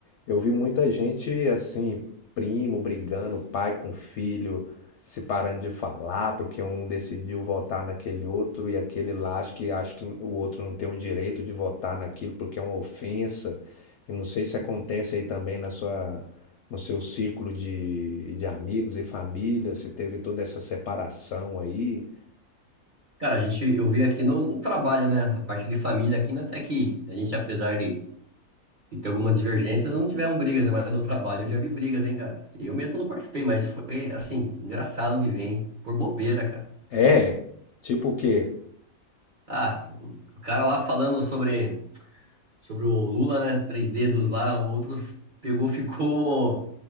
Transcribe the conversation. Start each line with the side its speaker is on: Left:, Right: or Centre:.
Left: eu vi muita gente, assim, primo brigando, pai com filho, se parando de falar, porque um decidiu votar naquele outro e aquele lá acha que, acha que o outro não tem o direito de votar naquilo porque é uma ofensa. E não sei se acontece aí também na sua, no seu círculo de, de amigos e família, se teve toda essa separação aí.
Right: Cara, a gente, eu vi aqui no, no trabalho, né? A parte de família aqui, né? Até que a gente, apesar de E tem algumas divergências, não tiveram brigas, né? Mas no trabalho eu já vi brigas, hein, cara. Eu mesmo não participei, mas foi, assim, engraçado de ver, hein? Por bobeira, cara.
Left: É? Tipo o quê?
Right: Ah, o cara lá falando sobre, sobre o Lula, né? Três dedos lá, outros pegou, ficou.